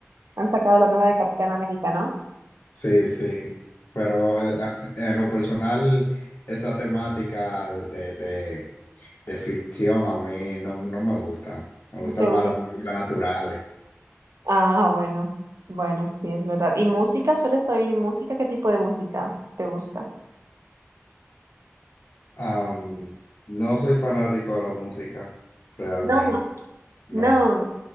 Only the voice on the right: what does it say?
han sacado la nueva de Capitán América, ¿no?
¿No
¿Te gusta?
Ah, bueno, bueno, sí, es verdad. ¿Y música? ¿Sueles oír música? ¿Qué tipo de música te gusta?
No,
no,